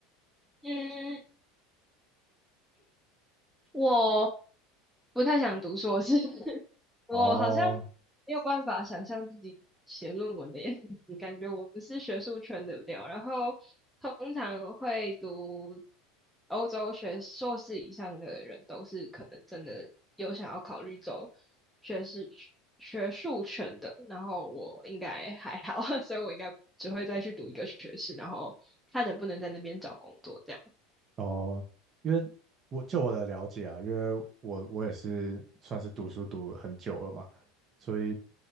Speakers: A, in the centre; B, on the right.
A: 嗯。我不太想读硕士，<laughs> 我好像
B: 哦
A: 没有办法想象自己写论文的样子，感觉我不是学术圈的料。然后通常会读欧洲学硕士以上的人，都是可能真的有想要考虑走学士学术圈的。然后我应该还好，<laughs> 所以我应该只会再去读一个学士，然后看能不能在那边找工作这样。
B: 哦，因为我就我的了解啊，因为我我也是算是读书读了很久了嘛，所以